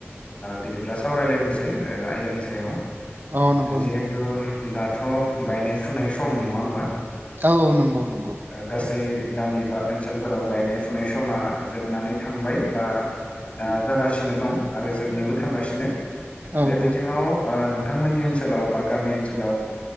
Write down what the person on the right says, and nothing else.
औ नंगौ
नोंथां
औ औ नंगौ नंगौ
औ
औ